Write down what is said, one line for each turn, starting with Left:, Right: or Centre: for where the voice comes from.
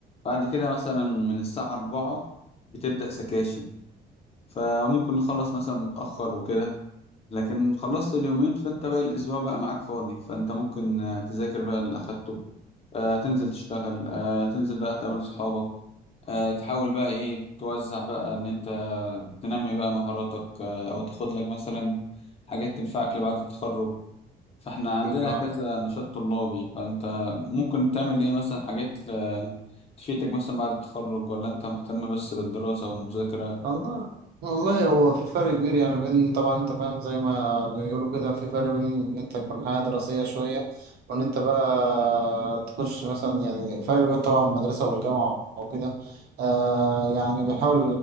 Left: بعد كده مثلا من الساعة أربعة بتبدأ سكاشن فممكن نخلص مثلا متأخر وكده لكن خلصت اليومين فأنت باقي الأسبوع بقى معاك فاضي فأنت ممكن آه، تذاكر بقى اللي أخدته آه، تنزل تشتغل آه، تنزل بقى تقابل صحابك آه، تحاول بقى ايه توزع بقى ان انت تنمي بقى مهاراتك آه، او تاخد لك مثلا حاجات تنفعك لبعد التخرج فاحنا عندنا
Right: أكيد آه.
Left: كذا نشاط طلابي فانت ممكن تعمل ايه مثلا حاجات آه، تفيدك مثلا بعد التخرج ولا انت مهتم بس بالدراسة والمذاكرة
Right: والله والله هو في فرق كبير يعني بين طبعا انت فاهم زي ما بيقولوا كده في فرق بين ان انت تكون حياة دراسية شوية وان انت بقى تخش مثلا يعني فرق بين طبعا المدرسة والجامعة وكده آه يعني بنحاول